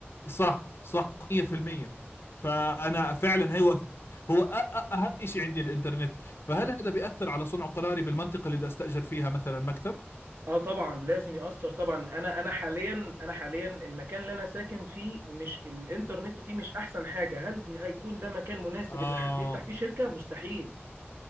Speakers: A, on the left; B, on the right.
A: صح صح 100% فانا فعلا هو هو أ- أ- اهم شيء عندي الانترنت فهل هذا بيأثر على صنع قراري بالمنطقه اللي بدي استأجر فيها مثلا مكتب
B: اه طبعا لازم يأثر طبعا انا انا حاليا انا حاليا المكان اللي انا ساكن فيه مش الانترنت فيه مش احسن حاجه هل دي هيكون ده مكان مناسب
A: آه
B: ان حد يفتح فيه شركه مستحيل